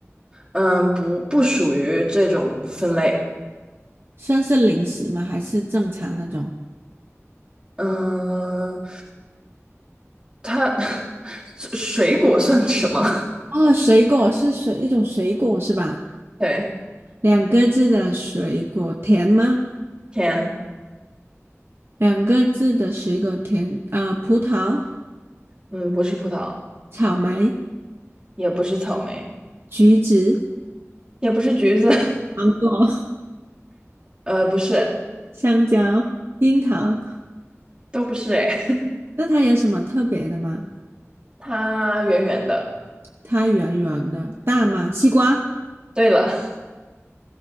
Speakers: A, on the right; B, on the right.
A: 嗯，不不属于这种分类。
B: 算是零食吗？还是正餐那种？
A: 嗯，它 <laughs> 这水果算什么？
B: 哦，水果是水，一种水果是吧？
A: <laughs> 对，
B: 两个字的水果，甜吗？
A: 甜。
B: 两个字的水果甜，呃，葡萄、
A: 嗯，不是葡萄，
B: 草莓、
A: 也不是草莓，
B: 橘子、
A: 也不是橘子。
B: 芒果、<laughs>
A: <laughs> 呃，不是，
B: 香蕉、樱桃。
A: 都不是。哎，<laughs>
B: 那它有什么特别的吗？
A: 它圆圆的。
B: 它圆圆的，大吗？西瓜。
A: 对了，